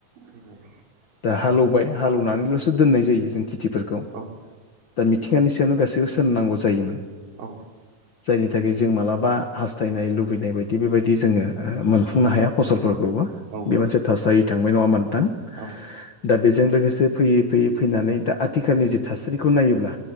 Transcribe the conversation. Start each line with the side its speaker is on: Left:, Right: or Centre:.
Right: फैबाय
Left: दा हालेवबाय हालेवनानैल'सो दोननाय जायो जों खेथि फोरखौ
Right: औ
Left: दा मिथिंगानि सायावनो गासैबो सोलनांगौ जायो
Right: औ
Left: जायनि थाखाय जों मालाबा हास्थायनाय लुबैनाय बायदि बेबायदि जोङो ओ मोनफुंनो हाया फसलफोरखौबो
Right: औ
Left: बे मोनसे थासारि थांबाय नङा नोंथां
Right: औ
Left: दा बेजों लोगोसे फैयै फैयै फैनानै दा आथिखालनि जि थासारिखौ नायोब्ला